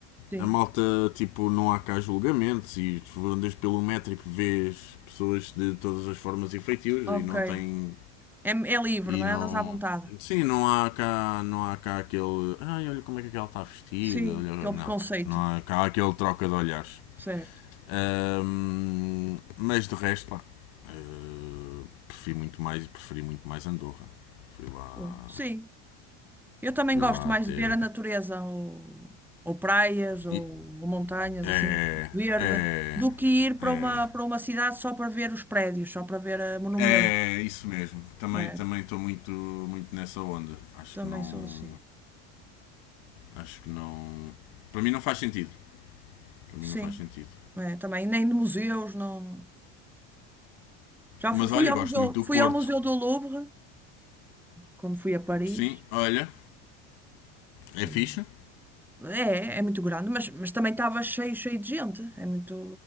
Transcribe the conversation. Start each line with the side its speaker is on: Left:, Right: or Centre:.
Centre: Sim,
Left: A malta, tipo, não há cá julgamentos e tu andas pelo metro e vês pessoas de todas as formas e feitios
Centre: ok.
Left: e não tem
Centre: É, é livre,
Left: e
Centre: não
Left: não.
Centre: é? Andas à vontade.
Left: Sim, não há cá, não há cá aquele. Ai, olha como é que ela está vestida.
Centre: Sim,
Left: Olha... Não,
Centre: aquele preconceito,
Left: não há cá aquele troca de olhares.
Centre: certo?
Left: Ahm, mas de resto, pá, eh, prefiro muito mais preferi muito mais Andorra. Fui lá,
Centre: Sim. Sim. Eu também
Left: fui
Centre: gosto
Left: lá
Centre: mais
Left: até.
Centre: de ver a natureza, ou, ou praias, ou,
Left: E,
Centre: ou montanhas,
Left: é,
Centre: assim, verde,
Left: é,
Centre: do que ir para
Left: é,
Centre: uma, para uma cidade só para ver os prédios, só para ver eh, monumentos.
Left: é isso mesmo. Também
Centre: É,
Left: também estou muito muito nessa onda. Acho
Centre: também
Left: que não,
Centre: sou assim.
Left: acho que não. Para mim não faz sentido. Para
Centre: Sim,
Left: mim não faz sentido.
Centre: é, também. Nem de museus, não. Já
Left: Mas
Centre: fu- fui,
Left: olha,
Centre: ao
Left: gosto
Centre: museu,
Left: muito do
Centre: fui
Left: Porto.
Centre: ao Museu do Louvre, quando fui a Paris.
Left: Sim, olha, é
Centre: e-
Left: fixe.
Centre: é, é muito grande, mas, mas também estava cheio, cheio de gente. É muito.